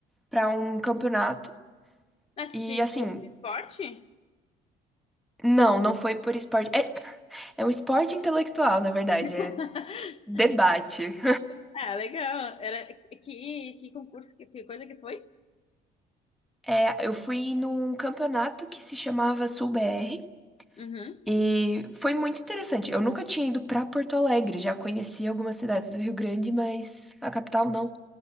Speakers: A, in the centre; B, on the left.
A: para um campeonato.
B: Nessa
A: E
B: de,
A: assim,
B: tipo, esporte?
A: não, não foi por esporte. É, é um esporte intelectual, na verdade,
B: <laughs>
A: é debate.
B: Ah, legal. Era que, que concurso, que, que coisa que foi?
A: É, eu fui num campeonato que se chamava sul r
B: Uhum.
A: e foi muito interessante. Eu nunca tinha ido para Porto Alegre, já conheci algumas cidades do Rio Grande, mas a capital não.